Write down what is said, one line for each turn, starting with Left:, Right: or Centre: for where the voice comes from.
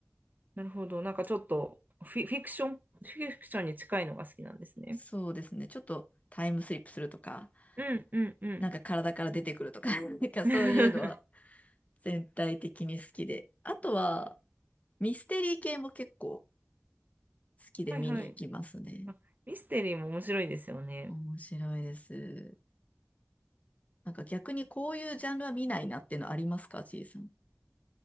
Right: なるほど。なんかちょっとフィ、フィクション、フィクションに近いのが好きなんですね。
Left: そうですね、ちょっとタイムスリップするとか、
Right: うんうんうん。
Left: なんか体から出てくるとか、<laughs> なんかそういうのは
Right: <laughs>
Left: 全体的に好きで。あとは、ミステリー系も結構好きで見に行きますね。
Right: はいはい。あ、ミステリーも面白いですよね。
Left: 面白いです。なんか逆にこういうジャンルは見ないなっていうのありますか、ちいさん。